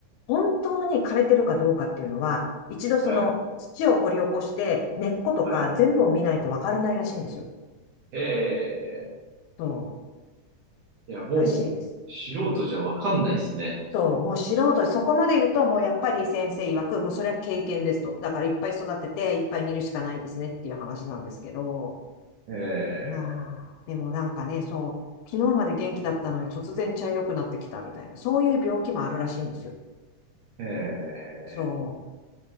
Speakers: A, on the left; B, on the right.
A: 本当に枯れてるかどうかっていうのは、一度その土を掘り起こして根っことか全部を見ないとわからないらしいんですよ。
B: い、はい。へえ。
A: そ
B: いや、もう、
A: う、らしいです。
B: 素人じゃわかんないっすね。
A: そう、もう素人、そこまで言うと、もうやっぱり先生曰く、もうそれは経験ですと。だからいっぱい育てて、いっぱい見るしかないですねっていう話なんですけど、
B: え
A: いやーでもなんかね、そう、昨日まで元気だったのに突然茶色くなってきたみたいな、そういう病気もあるらしいんですよ。
B: え、え
A: そ